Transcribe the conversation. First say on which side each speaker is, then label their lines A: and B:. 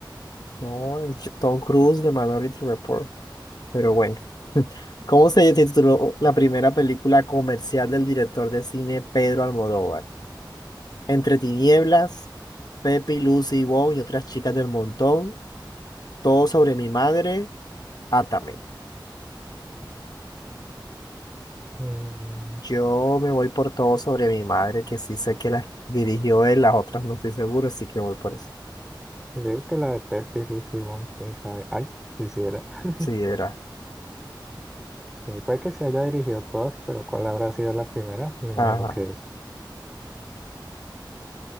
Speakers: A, on the left (about 55°); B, in the centre.
A: No, es J- Tom Cruise de Minority Report. Pero bueno, <laughs> ¿cómo se tituló la primera película comercial del director de cine Pedro Almodóvar? Entre tinieblas, Pepe, y Lucy y Bon y otras chicas del montón, Todo sobre mi madre, Átame.
B: Mm,
A: Yo me voy por Todo sobre mi madre, que sí sé que la dirigió él, las otras no estoy seguro, así que voy por eso.
B: yo digo que la de Pepe y Lucy Wong, quién sabe. Ay, si hiciera. <laughs>
A: Sí, era.
B: Sí, puede que se haya dirigido todas, pero ¿cuál habrá sido la primera? Me imagino
A: Ajá.
B: que esa.